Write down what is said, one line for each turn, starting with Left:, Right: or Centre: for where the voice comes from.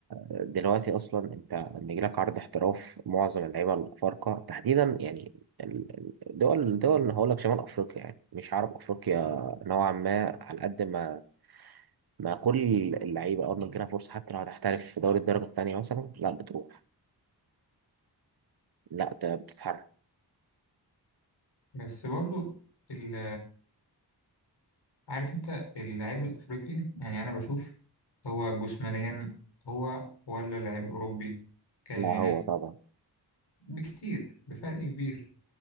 Right: دلوقتي أصلا أنت لما يجيلك عرض احتراف معظم اللعيبة الأفارقة تحديدا يعني ال- ال- الدول الدول اللي هقول لك شمال أفريقيا يعني مش عرب أفريقيا نوعا ما على قد ما ما كل اللعيبة أول ما تجيلها فرصة حتى لو هتحترف في دوري الدرجة التانية مثلا لا بتروح لا ت- بتتحرك
Left: بس برضو ال- عارف انت اللاعب الافريقي يعني انا بشوف هو جسمانيا هو ولا اللاعب الاوروبي كجينات
Right: لا هو طبعا
Left: بكتير بفرق كبير